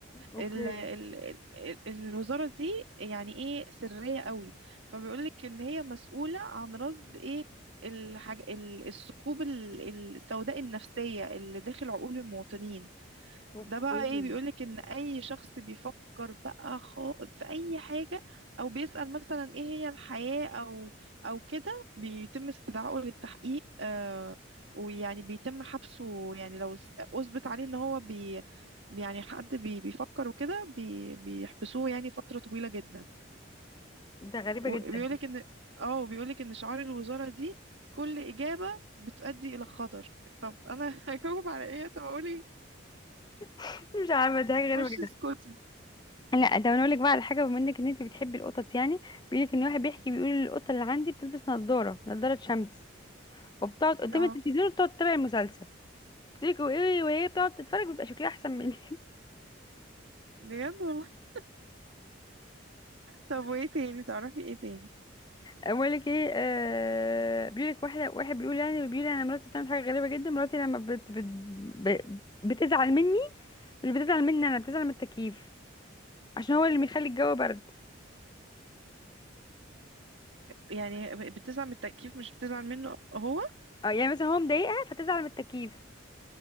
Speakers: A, on the left; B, on the right.
A: اوكي
B: ال ال ال الوزارة دي يعني ايه سرية قوي فبيقولك ان هي مسؤولة عن رصد ايه الحاج ال- الثقوب ال- السوداء النفسية اللي داخل عقول المواطنين
A: اوكي
B: ده بقى ايه بيقولك ان اي شخص بيفكر بقى خا- في اي حاجة او بيسأل مثلا ايه هي الحياة او او كده بيتم استدعائه للتحقيق آه ويعني بيتم حبسه يعني لو اس- اثبت عليه ان هو بي يعني حد بي بيفكر وكده بي بيحبسوه يعني فترة طويلة جدا
A: ده غريبة
B: وبيقولك
A: جدا
B: ان اه وبيقولك ان شعار الوزارة دي كل إجابة بتؤدي إلى خطر طب أنا <laughs> هجاوب على إيه طب أقولي
A: <laughs> مش عارفة دي حاجة غريبة
B: خشي
A: جدا
B: اسكتي
A: لا ده انا اقول لك بقى على حاجة بما انك ان انت بتحبي القطط يعني بيقول لك ان واحد بيحكي بيقول القطة اللي عندي بتلبس نظارة نظارة شمس وبتقعد قدام
B: اه
A: التلفزيون وبتقعد تتابع المسلسل بتقول لك وايه وهي بتقعد تتفرج بيبقى شكلها احسن مني
B: بجد والله. طب وايه تاني تعرفي ايه تاني
A: بقولك ايه آه بيقولك واحدة واحد بيقول يعني بيقول انا مراتي بتعمل حاجة غريبة جدا مراتي لما بت بت ب- بتزعل مني مش بتزعل مني انا بتزعل من التكييف عشان هو اللي بيخلي الجو برد
B: يعني بتزعل من التكييف مش بتزعل منه هو
A: اه يعني مثلا هو مضايقها فتزعل من التكييف